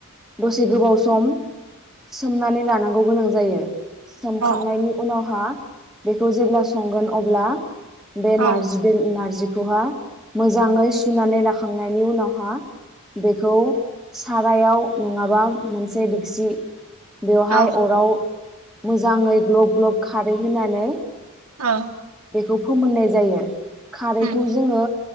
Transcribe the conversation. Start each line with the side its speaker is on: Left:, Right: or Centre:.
Centre: दसे गोबाव सम सोमनानै लानांगौ गोनां जायो। सोमखांनायनि
Right: औ
Centre: उनावहा बेखौ जेब्ला संगोन अब्ला बे
Right: औ
Centre: नारजि
Right: औ
Centre: नारजिखौ बेखौहा मोजाङै सुनानै लााखांनायनि उनावहा बेखौ सारायाव नङाबा मोनसे दिक्सि बेवहाय
Right: औ
Centre: अराव मोजाङै ग्लब ग्लब खारै होनानै
Right: औ।
Centre: बेखौ फोमोननाय जायो। खारैखौ
Right: उम
Centre: जोङो